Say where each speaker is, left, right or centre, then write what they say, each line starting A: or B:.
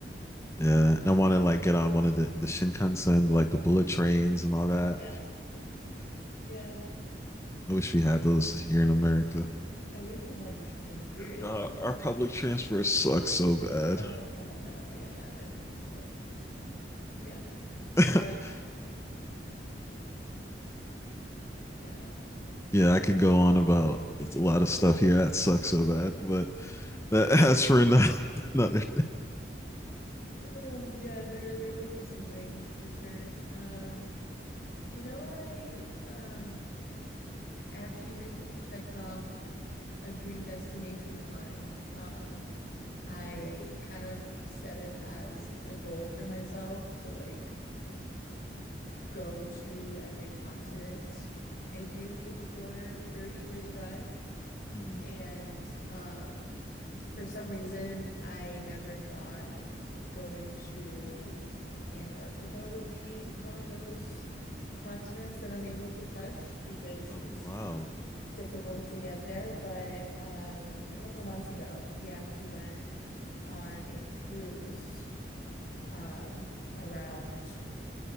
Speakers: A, on the left; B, on the left.
A: Yeah, and I want to like get on one of the the Shinkansen, like the bullet trains and all that.
B: Yeah. Yeah.
A: I wish we had those here in America.
B: I wish we had trains, period.
A: God, our public transport sucks so bad.
B: Oh, God, no. Yeah. It's cool. Yeah. I,
A: <laughs>
B: uh, yeah.
A: yeah, I can go on about a lot of stuff here that sucks so bad, but That, <laughs> that's for ano- <laughs> another.
B: Oh, yeah, there there would be some things for sure. Um, you know what I um I actually recently checked off a dream destination of mine. Um, I kind of set it as a goal for myself to like go to every continent ideally before 30 35.
A: Mhm.
B: And um for some reason I never thought going to Antarctica would be one of those continents that I'm able to touch because
A: Oh
B: it's
A: wow!
B: difficult to get there. But um, a couple months ago, we actually went on a cruise um, around